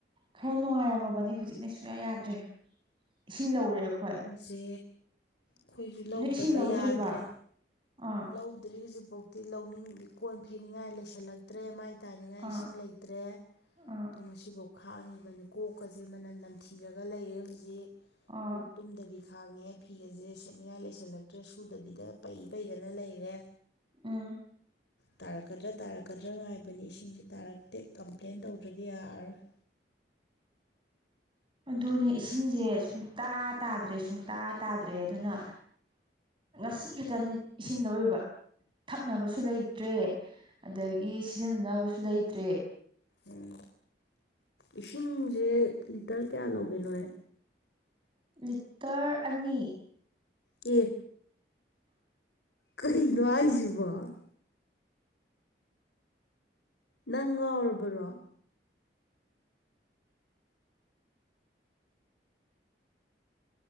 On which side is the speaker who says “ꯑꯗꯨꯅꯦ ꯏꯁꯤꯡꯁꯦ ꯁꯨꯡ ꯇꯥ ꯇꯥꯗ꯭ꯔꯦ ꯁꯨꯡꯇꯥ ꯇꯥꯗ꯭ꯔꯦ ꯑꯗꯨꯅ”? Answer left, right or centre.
Right